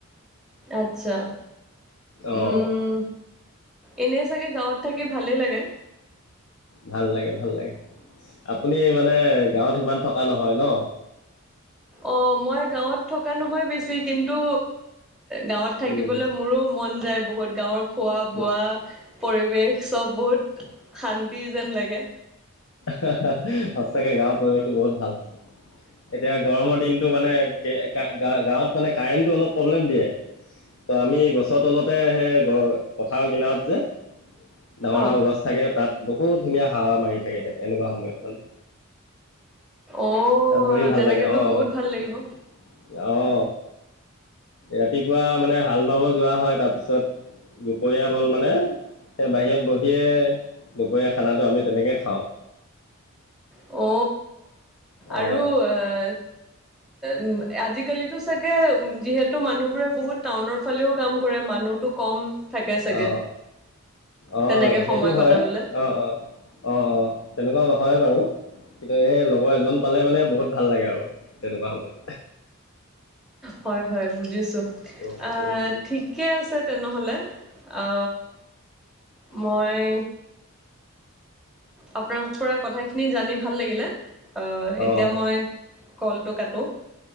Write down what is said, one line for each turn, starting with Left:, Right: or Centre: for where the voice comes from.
Centre: আচ্ছা
Left: অঁ
Centre: উম এনে চাগে গাঁৱত থাকি ভালেই লাগে?
Left: ভাল লাগে ভাল লাগে আপুনি মানে গাঁৱত সিমান থকা নহয় ন <unintelligible>
Centre: অ মই গাঁৱত থকা নহয় বেছি কিন্তু গাঁৱত থাকিবলৈ
Left: উম,
Centre: মোৰো মন যায় বহুত গাঁৱৰ খোৱা-
Left: ম-
Centre: বোৱা পৰিৱেশ চব বহুত শান্তি যেন লাগে।
Left: হা হা হা সঁচাকে গাঁৱৰ পৰিৱেশটো বহুত ভাল। এতিয়া গৰমৰ দিনটো মানে গাঁৱত মানে কাৰেণ্টটো অলপ প্ৰব্লেম দিয়ে, ত আমি গছৰ তলতে সেই পথাৰ কিনাৰত যে ডাঙৰ
Centre: অ'
Left: ডাঙৰ গছ থাকে তাত বহুত ধুনীয়া হাৱা মাৰি থাকে এনেকুৱা সময়ত মানে।
Centre: অ'
Left: তাত বহি ভাল
Centre: তেনেকেতো
Left: লাগে অ
Centre: বহুত
Left: অ
Centre: ভাল লাগিব
Left: অ ৰাতিপুৱা মানে হাল বাব যোৱা হয় তাৰপিছত দুপৰীয়া ব'ল মানে বাহিৰত বহিয়ে দুপৰীয়া খানাটো আমি তেনেকে খাওঁ।
Centre: অ আৰু
Left: অ
Centre: আহ উ আজিকালিতো চাগে যিহেতু মানুহবোৰে বহুত টাউনৰ ফালেও কাম কৰে মানুহটো কম থাকে চাগে।
Left: অ অ
Centre: তেনেকে
Left: সেইটো
Centre: সময়
Left: হয়
Centre: কটাবলে
Left: অ অ অ অ তেনেকুৱা হয় বাৰু কিন্তু এই লগৰ এজন পালে মানে বহুত ভাল লাগে আৰু তেনেকুৱা সময়ত।
Centre: হয় হয় বুজিছো
Left: উম,
Centre: আহ
Left: উম, উম।
Centre: ঠিকে আছে তেনেহ'লে অ মই আপোনাৰ পৰা কথাখিনি জানি ভাল লাগিলে আহ
Left: অ
Centre: এতিয়া মই কলটো কাটো